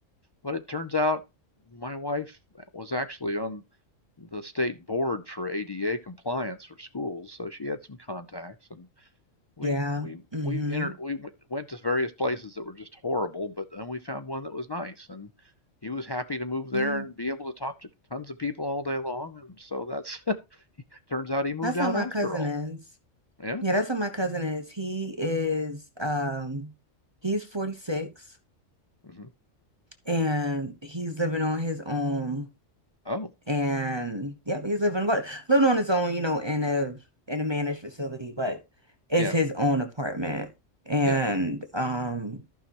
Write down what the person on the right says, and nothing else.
yeah.
Mm-hmm.
Yeah.
That's how
my
cousin
is.
Yeah, that's how my cousin is. He is um he's 46
and he's living on his own.
And yep, he's living what living on his own, you know, in a in a managed facility, but it's
his own apartment. And
um,